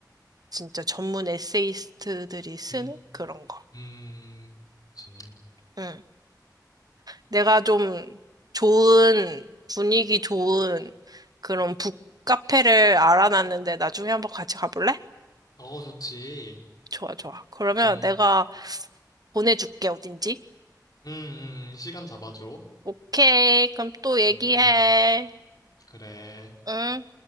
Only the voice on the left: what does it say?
음,
음, 좋지.
어, 좋지.
음,
음, 음, 음, 시간 잡아줘.
음, 그래.